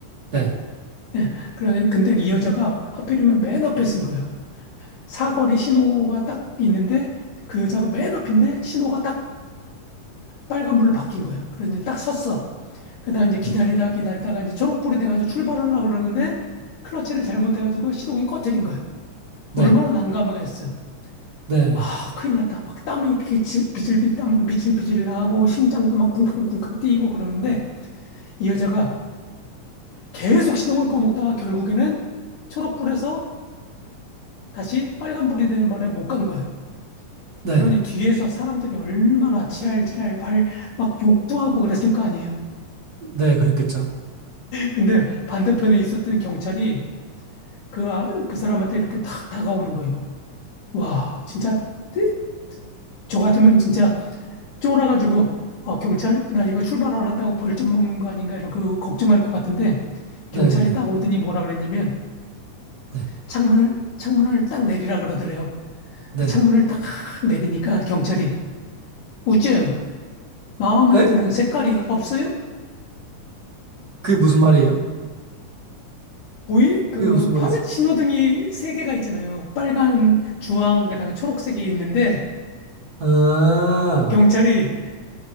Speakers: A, on the right; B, on the left.
A: 네,
B: 예. 그래, 근데 이 여자가 하필이면 맨 앞에 쓴 거예요. 사거리 신호가 딱 있는데 그 여자가 맨 앞인데 신호가 딱 빨간불로 바뀐 거예요. 그래서 이제 딱 섰어. 그러다가 이제 기다리다
A: 음,
B: 기다리다가 이제 초록불이 돼가지고 출발하려고 그러는데 클러치를 잘못해가지고 시동이 꺼트린 거예요.
A: 네,
B: 얼마나 난감하겠어요.
A: 네,
B: 아, 큰일 났다. 막 땀이 그 질- 비질비질 땀은 비질비질 나고 심장도 막 쿵쾅쿵쾅 뛰고 그러는데 이 여자가 계속 시동을 꺼먹다가 결국에는 초록불에서 다시 빨간불이 되는 바람에 못 간 거예요.
A: 네,
B: 그러니 뒤에서 사람들이 얼마나 지랄지랄 발 막 욕도 하고 그랬을 거 아니에요.
A: 네, 그랬겠죠.
B: 근데 반대편에 있었던 경찰이 그, 아- 그 사람한테 이렇게 탁 다가오는 거예요. 와, 진짜, 떼- 저 같으면 진짜 쫄아가지고, 아, 경찰, 나 이거 출발 안 했다고 벌점 먹는 거 아닌가, 이러고 걱정할 것 같은데, 경찰이
A: 네,
B: 딱 오더니 뭐라 그랬냐면,
A: 네,
B: 창문을, 창문을 딱 내리라 그러더래요.
A: 네.
B: 그 창문을 딱 내리니까 경찰이, 우째요, 마음에
A: 에?
B: 드는 색깔이 없어요?
A: 그게 무슨 말이에요?
B: 보이, 그,
A: 그게 무슨 말이지?
B: 파란 신호등이 세 개가 있잖아요. 빨간, 주황, 그다음에 초록색이 있는데,
A: 아,
B: 경찰이